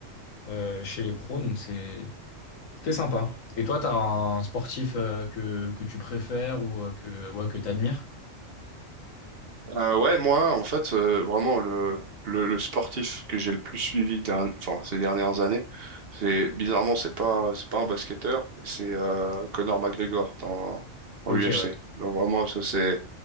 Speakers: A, on the left; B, on the right.
A: euh, chez les pros. Donc c'est c'est sympa. Et toi, t'as un sportif euh, que, que tu préfères ou euh, que, ouais, que t'admires?
B: Euh, ouais, moi, en fait, euh, vraiment, le, le, le sportif que j'ai le plus suivi derni- enfin, ces dernières années, c'est bizarrement, c'est pas, c'est pas un basketteur, c'est euh, Conor McGregor dans, en
A: Ok,
B: UFC.
A: ouais.
B: Donc vraiment, ça, c'est,